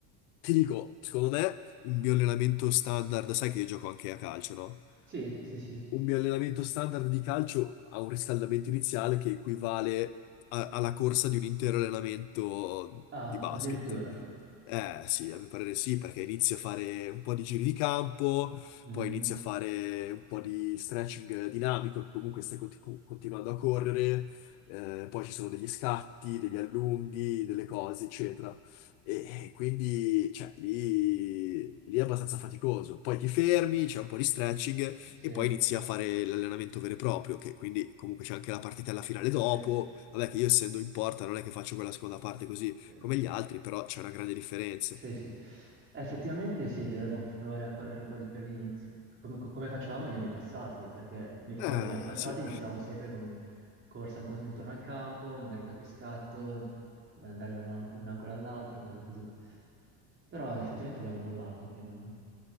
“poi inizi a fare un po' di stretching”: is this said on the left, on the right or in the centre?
Left